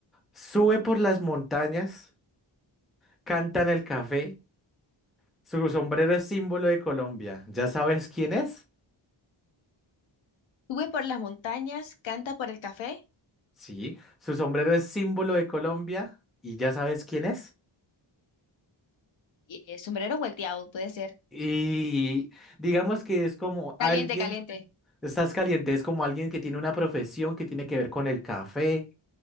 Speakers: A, in the centre; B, on the left.
A: sube por las montañas, canta en el café, su sombrero es símbolo de Colombia. ¿Ya sabes quién es?
B: Sube por las montañas, canta por el café
A: Sí, su sombrero es símbolo de Colombia y ya sabes quién es.
B: y eh, sombrero volteado, puede ser.
A: Y digamos que es como alguien,
B: Caliente, caliente.
A: estás caliente, es como alguien que tiene una profesión que tiene que ver con el café.